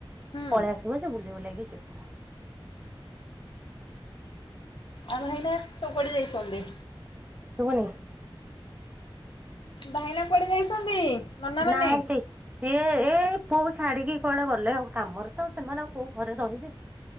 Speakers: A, on the left (about 60°); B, on the right (about 15°).
A: ହୁଁ।
B: ପଳେଇ ଆସିବ ଯେ, ବୁଲି ବୁଲାକି ଯିବୁ।
A: ଆଉ ଭାଇନା? ସଉ କୁଆଡେ ଯାଇଚନ୍ଦି?
B: ଶୁଭୁନି?
A: ଭାଇନା କୁଆଡେ ଯାଇଛନ୍ତି? ନନା ମାନେ?
B: ନାହାନ୍ତି। ସିଏ ଏ, ପୁଅକୁ ଛାଡିକି କୁଆଡେ ଗଲେ, ଆଉ କାମରେ ତ, ସେମାନେ ଆଉ କୋଉ ଘରେ ରହିବେ?